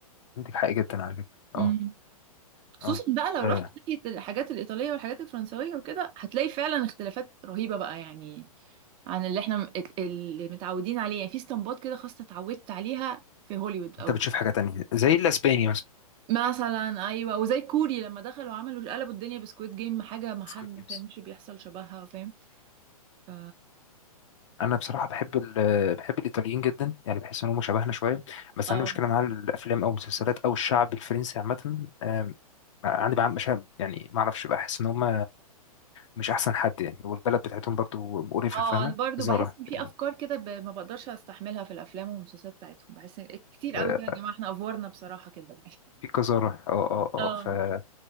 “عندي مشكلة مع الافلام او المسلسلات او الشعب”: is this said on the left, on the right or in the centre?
Left